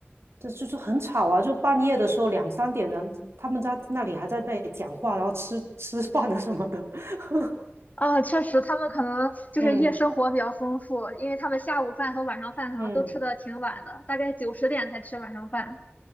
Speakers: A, on the right; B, on the left.
A: 这就是很吵啊，就半夜的时候两三点，然后他们在那里还在那里讲话，然后吃吃饭啊什么的。<laughs>
B: 啊，确实，他们可能就是夜生活比较丰富，
A: 嗯
B: 因为他们下午饭和晚上饭可能都吃的挺晚的，
A: 嗯，
B: 大概九十点才吃晚上饭，